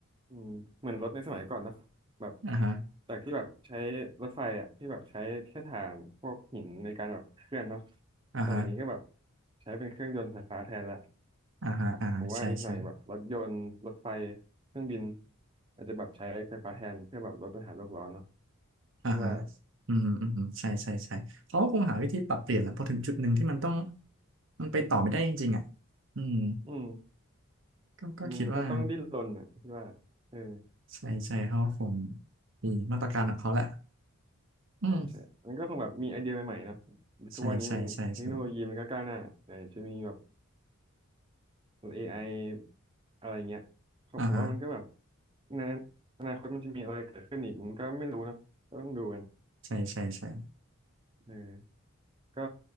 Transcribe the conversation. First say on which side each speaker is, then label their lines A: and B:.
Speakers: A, on the right (about 25°); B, on the right (about 60°).
A: อืมเหมือนรถในสมัยก่อนเนอะแบบ
B: อ่าฮะ
A: จากที่แบบใช้รถไฟอ่ะที่แบบใช้แค่ถ่านพวกหินในการแบบเคลื่อนเนาะ
B: อ่าฮะ
A: สมัยนี้ก็แบบใช้เป็นเครื่องยนต์ไฟฟ้าแทนละ
B: อ่าฮะอ่าฮะใช่ใช่
A: ผมว่าอีกหน่อยแบบรถยนต์รถไฟเครื่องบินอาจจะแบบใช้ไฟฟ้าแทนเพื่อแบบลดปัญหาโลกร้อนเนาะคิดว่า
B: อ่าฮะอืมอืมอืมใช่ใช่ใช่เขาก็คงหาวิธีปรับเปลี่ยนแหละพอถึงจุดหนึ่งที่มันต้องมันไปต่อไม่ได้จริงๆอ่ะอืม
A: อืม
B: ก็ก็คิดว่า
A: มันก็ต้องดิ้นรนอ่ะคิดว่าเออ
B: ใช่ใช่เขาคงมีมาตรการของเขาแหละอืม
A: ใช่ใช่มันก็คงแบบมีไอเดียใหม่ๆเนาะ
B: ใช่ใช่ใช่ใช่
A: ทุกวันนี้มันเทคโนโลยีมันก็ก้าวหน้าไหนจะมีแบบ AI อไออะไรเงี้ยครับผมว่ามันก็แบบ
B: อ่าฮะ
A: ในอนาคตมันจะมีอะไรเกิดขึ้นอีกมันก็ไม่รู้เนอะก็ต้องดูกัน
B: ใช่ใช่ใช่
A: เออก็